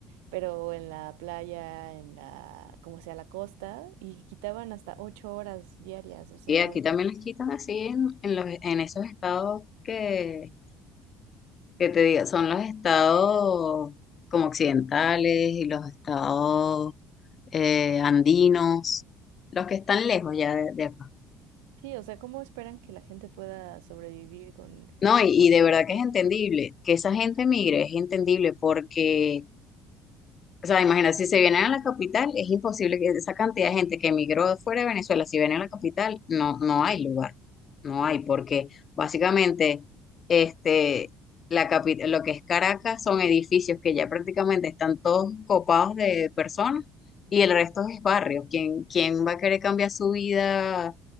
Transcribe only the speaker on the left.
Y aquí también les quitan así en, en los, en esos estados que, que te digo, son los estados como occidentales y los estados eh, andinos, los que están lejos ya de, de acá.
No, y,
y de verdad
que
es entendible que esa gente migre, es entendible porque O sea, imagínate, si se vienen a la capital, es imposible que esa cantidad de gente que emigró de fuera de Venezuela, si vienen a la capital, no, no hay lugar, no hay, porque básicamente este, la capi- lo que es Caracas son edificios que ya prácticamente están todos copados de personas y el resto es barrio. ¿Quién, quién va a querer cambiar su vida?